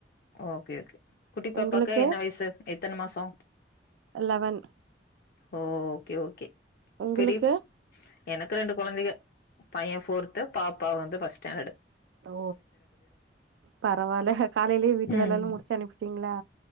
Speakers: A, on the left; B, on the right.
A: ஓகே ஓகே குட்டி பாப்பாக்கு
B: உங்களுக்கு
A: என்ன வயசு <unintelligible> எத்தன மாசம்
B: லெவன்
A: ஓ ஓகே ஓகே
B: உங்களுக்கு
A: பெரியப் எனக்கு ரெண்டு கெழந்தங்க பையன் போர்த்து பாப்பா வந்து பஸ்டன்டாடு
B: ஓ பரவல காலயிலே வி வீட்டு
A: ம்
B: வேலயிலாம் முடிச்சி அனுபிடீங்களா